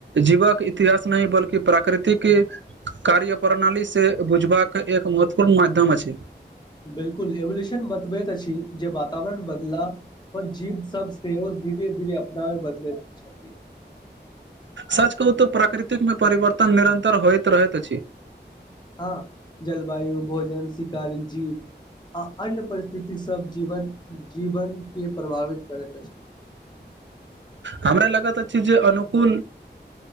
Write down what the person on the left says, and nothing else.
बिलकुल एवोल्यूशन बतबैत अछि जे वातावरण बदलाव पर जीव सब सेहो धीरे धीरे बाय बदलैत छथि
हँ जलवायु भोजन शिकारी जीव आ अन्य परिस्थिति सब जीवन जीवनकेँ प्रभावित करैत अछि